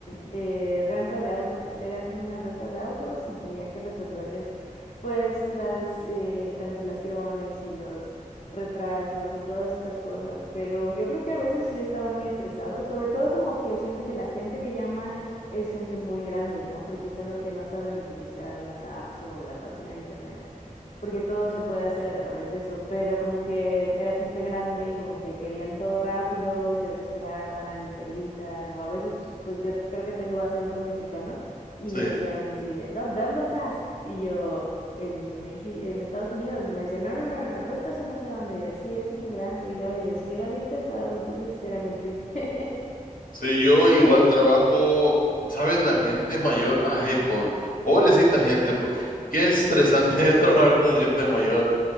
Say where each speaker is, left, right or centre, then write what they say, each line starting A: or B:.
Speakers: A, on the left (about 60°); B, on the left (about 85°).
A: mm, eh, renta de autos, era como una renta de autos y tenía que resolverles pues las eh, cancelaciones y los retrasos y todas estas cosas, pero yo creo que a veces sí estaban muy estresados, sobre todo como que siento que la gente que llama es gente muy grande, ¿no? Porque son los que no saben utilizar las apps o la página de internet porque todo se puede hacer a través de eso, pero como que era gente grande y como que querían todo rápido y se desesperaban y te gritan, o a veces pues yo creo que tengo acento mexicano y
B: Sí.
A: me decían así de, "¿Dó- ¿de dónde estás? Y yo en México, en Estados Unidos y me decían, no, no, no, no, no, tú estás en no sé dónde y así, eres inmigrante y tal, y así era bien pesado, entonces era muy triste.
B: Sí, yo igual trabajo, ¿sabes? La gente mayor, ay, pobre, pobrecita gente, po- qué estresante <laughs> es trabajar con gente mayor.